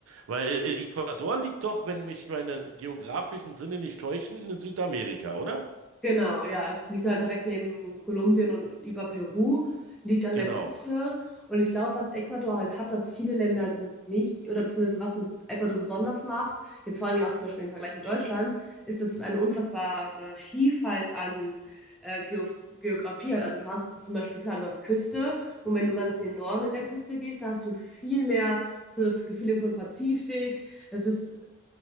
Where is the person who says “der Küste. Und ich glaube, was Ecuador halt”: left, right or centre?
Centre